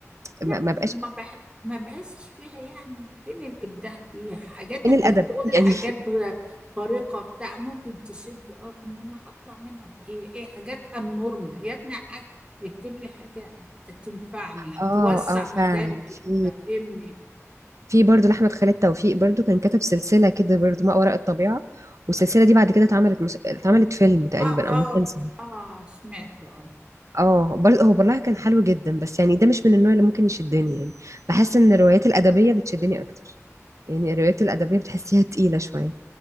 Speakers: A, on the right (about 20°); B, on the right (about 70°).
A: لا
B: ما, ما بقاش
A: ما بح... ما بحسش فيها يعني فين الإبداع فيها حاجات
B: فين
A: انت
B: الادب
A: بتقول لي
B: يعني
A: حاجات
B: <laughs>
A: خارقة بتاع ممكن تشد اه انما هطلع منها بإيه ايه حاجات النورمال يا ابني حاجة اكتب لي حاجة تنفعني
B: اه
A: توسع
B: اه فعلا
A: مداركي
B: في
A: تفهمني
B: في برضه لاحمد خالد توفيق برضه كان كتب سلسله كده برضه ما وراء الطبيعه والسلسله دي بعد كده اتعملت مس... اتعملت فيلم تقريبا
A: اه
B: او
A: اه
B: مسلسل
A: اه سمعت اه
B: اه برضه هو برلها كان حلو جدا بس يعني ده مش من النوع اللي ممكن يشدني يعني بحس ان الروايات الادبيه بتشدني اكتر يعني الروايات الادبيه بتحسيها تقيله شويه